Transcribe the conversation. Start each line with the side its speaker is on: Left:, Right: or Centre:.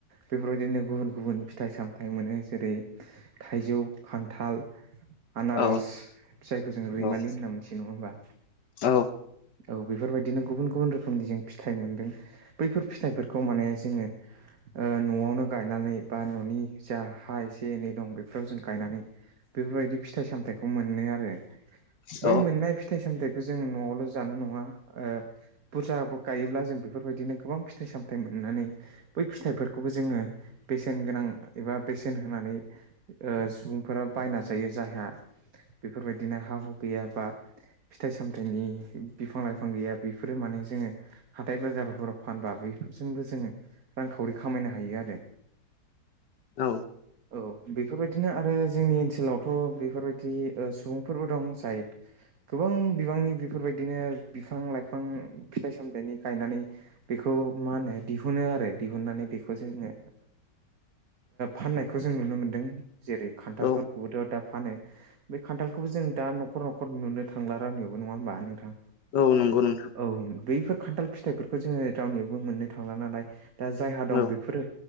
Right: बेफोरबायदिनो गुबुन गुबुन फिथाइ सामथाइ मोनो जेरै थाइजौ, खान्थाल आनारस
Left: औ
Right: जायखौ जों रैमालि
Left: औ
Right: होनना मोनथियो नङा होमबा?
Left: औ
Right: औ बेफोरबायदिनो गुबुन गुबुन रोखोमनि जों फिथाइ मोनदों, बैफोर फिथाइफोरखौ माने जोङो न'आवनो गायनानै बा न'नि जा हा एसे एनै दं बे फोराव जोम गायनानै बेफोरबायदि फिथाइ सामथाइखौ मोनो आरो।
Left: औ
Right: बै मोन नाय फिथाइ सामथायखौ जोङो न'आवल' जानो नङा, ओ बुरजा गायोब्ला जों बेफोरबायदिनो गोबां फिथाइ सामथायाइ मोननानै बै फिथाइफोरखौबो जोङो बेसेन गोनां एबा बेसेन होनानै सुबुंफोरा बायना जायो जायहा बेफोरबायदिनो हा हु गैया बा फिथाइ सामथाइनि बिफां लाइफां गैया बेफोरो माने जोङो हाथाय बाजारफोराव फानबा बेफोरजोंबो जोङो रांखावरि खामायनो हायो आरो।
Left: औ।
Right: औ बेफोरबायदिनो आरो जोंनि ओनसोलावथ' बेफोरबायदि ओ सुबुं फोरबो दं जाय गोबां बिबांनि बेफोरबायदिनो बिफां लाइफां फिथाइ सामथाइनि गायनानै बेखौ मा होनो दिहुनो आरो। दिहुननानै बेखौ जोङो फाननायखौ जों नुनो मोनदों जेरै खान्थालफोरखौबोथ'
Left: औ
Right: दा फानो बे खान्थाल बेखौबो जों दा न'खर न'खर नुनो थांला रावनियावबो नङा होमबा नोंथां
Left: औ नंगौ नोंथां
Right: औ बैफोर खान्थाल फिथाइफोरखौ जोङो रावनियावबो मोननो थांला नालाय दा जायहा दं
Left: औ
Right: बेफोरो